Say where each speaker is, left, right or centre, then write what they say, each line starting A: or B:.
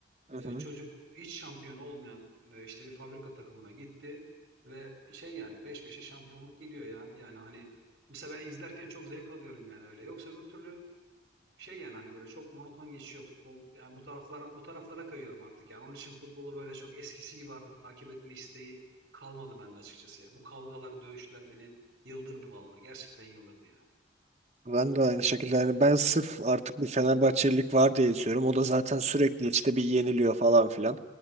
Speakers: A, on the right (about 35°); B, on the right (about 55°).
A: Hı
B: E,
A: hı.
B: çocuk hiç şampiyon olmayan e, işte bir fabrika takımına gitti ve şey yani peş peşe şampiyonluk geliyor ya. Yani hani Mesela ben izlerken çok zevk alıyorum yani öyle. Yoksa öbür türlü şey yani hani böyle çok monoton geçiyor futbol. Yani bu taraflara bu taraflara kayıyorum artık yani. Onun için futbolu böyle çok eskisi gibi artık takip etme isteği kalmadı bende açıkçası ya. Bu kavgalar, dövüşler beni yıldırdı vallahi. Gerçekten yıldırdı ya.
A: Ben de aynı şekilde yani ben sırf artık bir Fenerbahçelilik var diye istiyorum. O da zaten sürekli işte bir yeniliyor falan filan.